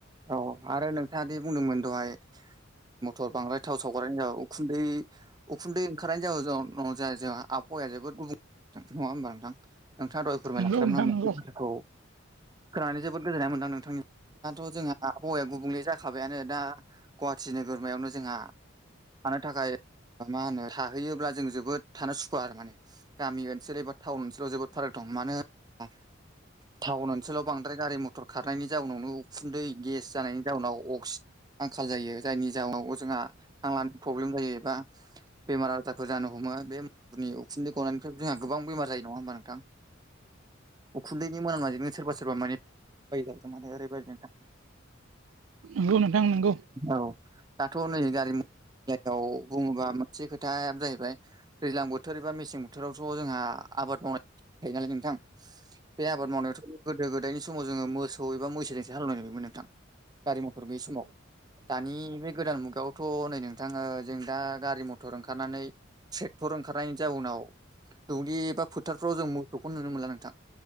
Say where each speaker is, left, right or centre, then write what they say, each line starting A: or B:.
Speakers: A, on the right (about 20°); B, on the right (about 80°).
A: औ आरो नोंथांङादि बुंदोंमोन दहाय मटर बांद्राय थाव सावगारनायनि जाहोनाव उखुन्दै उखुन्दै ओंखारनाय जाहोनाव जाबाय जाहा आबहावाया जोबोद गुबुं नंङा होमबा नोंथां। नोंथांङा दहाय फोरमायलांखादोंमोन
B: मोनदों नंगौ नोंथां नंगौ
A: आंनो बे खोथाखौ। खोनानै जोबोद गोजोननाय मोनदां नोंथां नि दाथ' जोंहा हौवाया गुबुंले जाखाबायानो दा गुवाहाटि नोगोरमायावनो जोंहा थानो थाखाय मा होनो थाहैयोब्ला जों जोबोद थानो सुखुवा आरो माने गामि ओनसोल एबा टाउन ओनसोलाव जोबोद फाराग दं मानो होन टाउन ओनसोलाव बांद्राय गारि मथर खारनायनि जाउनावनो उखुन्दै गेस जानायनि जाउनाव अक्सि आंखाल जायो जायनि जाउनाव जोंहा हांलानो प्रब्लेम जायो एबा बेमार आजारफोर जानो हमो बे उखुन्दै गनायनायनिफ्राय जोंहा गोबां बेमार जायो नङा होमबा नोंथां। उखुन्दैनि मोनामनायजोंनो सोरबा सोरबा माने बायजो माने ओरैबायदि नोंथां।
B: नंगौ नोंथां नोंगौ।
A: औ दाथ' नै गारि मथरनि बुङोबा मोनसे खोथायानो जाहैबाय दैज्लां बोथोर एबा मेसें बोथोरावथ' जोंहा आबाद मावनाय थायो नालाय नोंथां। बे आबाद मावनायावथ' गोदो गोदायनि समाव जोङो मोसौ एबा मैसोजोंसो हालवनाय नुयमोन नोंथां। गारि मथर गैयि समाव दानि बे गोदान मुगायाव थ' नै नोंथां ओ जों दा गारि मथर ओंखारनानै ट्रेक्टर ओंखारनायनि जाउनाव दुब्लि एबा फोथारफ्राव जों मोसौखौ नुनो मोनला नोंथां